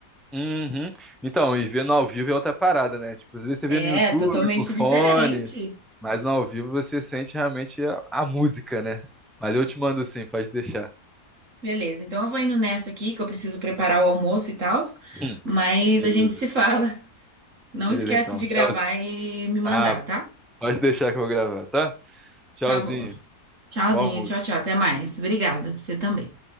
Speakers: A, in the centre; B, on the right.
A: Uhum. Então, e vendo ao vivo é outra parada, né? Tipo, às vezes você
B: É,
A: vê no YouTube,
B: totalmente
A: no fone,
B: diferente.
A: mas no ao vivo você sente realmente a, a música, né? Mas eu te mando sim, pode deixar.
B: Beleza, então eu vou indo nessa aqui, que eu preciso preparar o almoço e tal,
A: Hum,
B: mas
A: beleza.
B: a gente se fala. Não
A: Beleza,
B: esquece
A: então.
B: de
A: Tchau.
B: gravar e me mandar,
A: Ah,
B: tá?
A: pode deixar que eu vou gravar, tá? Tchauzinho.
B: Tá bom. Tchauzinho,
A: Bom almoço.
B: tchau, tchau. Até mais. Obrigada. Você também.